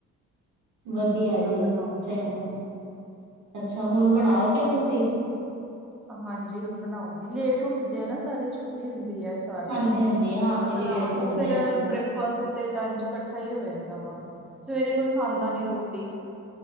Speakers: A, on the right; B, in the centre.
A: ਵਧੀਆ
B: ਹੁਣ ਮੈਂ
A: ਜੀ,
B: ਬਣਾਉਂਗੀ
A: ਚੰਗ। ਅੱਛਾ! ਹੁਣ ਬਣਾਓਗੇ ਤੁਸੀਂ?
B: ਹਾਂਜੀ ਹੁਣ ਬਣਾਊਂਗੀ ਲੇਟ ਉੱਠਦੇ ਆ ਨਾ ਸਾਰੇ ਛੁੱਟੀ ਹੁੰਦੀ ਐ ਸਾਰਿਆਂ
A: ਹਾਂਜੀ
B: ਦੀ
A: ਹਾਂਜੀ
B: ਹੁਣ
A: ਹਾਂਜੀ
B: ਬਣਾਵਾਂਗੇ
A: ਲੇਟ ਉੱਠਦੇ
B: ਫੇਰ
A: ਆ
B: ਬ੍ਰੇਕਫਾਸਟ ਚ ਤੇ ਲੰਚ ਕੱਠਾ ਈ ਹੋ ਯਾਂਦਾ ਵਾ ਸਵੇਰੇ ਕੋਈ ਖਾਂਦਾ ਨੀ ਰੋਟੀ।